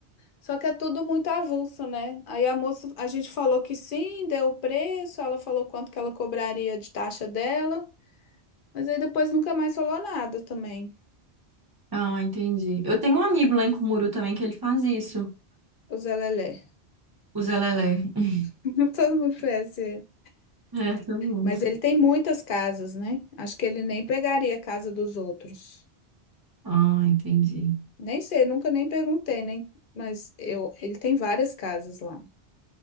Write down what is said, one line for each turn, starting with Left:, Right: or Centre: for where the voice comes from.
Left: Só que é tudo muito avulso, né? Aí a moça, a gente falou que sim, deu o preço, ela falou quanto que ela cobraria de taxa dela. Mas aí depois nunca mais falou nada também,
Right: Ah, entendi. Eu tenho um amigo lá em Cumuru também que ele faz isso,
Left: o Zé Lelé.
Right: o Zelelé. <laughs>
Left: <laughs> Todo mundo conhece ele.
Right: É, todo mundo.
Left: Mas ele tem muitas casas, né? Acho que ele nem pegaria a casa dos outros.
Right: Ah, entendi.
Left: Nem sei, nunca nem perguntei, nem... mas eu... ele tem várias casas lá. Não